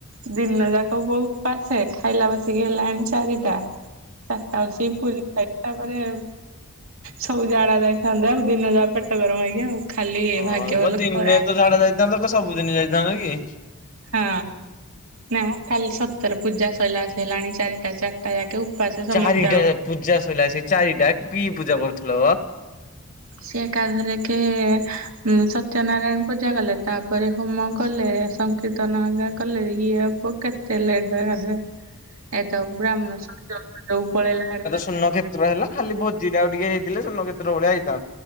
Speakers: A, on the right; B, on the left.
A: ଦିନ ଯାକ ବୋଉ ଉପାସେ, ଖାଇଲା ବସିକି ହେଲାଣି ଚାରିଟା। ଚାରିଟା ଅସି ପୁରୀ ଚାରିଟା ପରେ-ଏ, ସବୁ ଜାଡା ଯାଇଥାନ୍ତେ, ଆଉ ଦିନ ଯା ପେଟ ଗରମ ହେଇକି ଆଉ। ଖାଲି
B: ହଁ,
A: ଭାଗ୍ୟ ଭଲ
B: ମ ଦିନେ
A: ଖରା
B: ତ ଝାଡା ଯାଇଥାନ୍ତ! କଣ ସବୁଦିନ ଯାଇଥାନ୍ତ କି?
A: ହଁ, ନାଇଁମ କାଲି ସତରେ ପୂଜା ସରିଲା, ଆସି ହେଲାଣି ଚାରିଟା ଚାର୍ କାଲି ରାତିଏ ଉପାସେ ସମସ୍ତେ
B: ଚାରିଟା
A: ଆଓ
B: ପୂଜା ସଇଲା ଆସିକି ଚାରିଟା! କି ପୂଜା କରୁଥିଲ ଅ?
A: ସେ ଏକାଥରେ କେ ଉ ସତ୍ୟନାରାୟଣ ପୂଜା କଲେ ତା'ପରେ ହୋମ କଲେ, ସଂ କୀର୍ତ୍ତନ ହେକା କଲେ, ଇଏ ଆଉ ପୁଅ କେତେ ଲେଟରେ ଗାଧେଲେ। ଏ ତ ବ୍ରାହ୍ମଣ <inaudible> ପଳେଇଲା ଆଡ୍ କା
B: ଶୂନକ୍ଷେତ୍ର ହେଲା, ଖାଲି ଭୋଜିଟା ଟିକେ ହେଇଥିଲେ ଶୂନକ୍ଷେତ୍ର ଭଳିଆ ହେଇଥାନ୍ତା।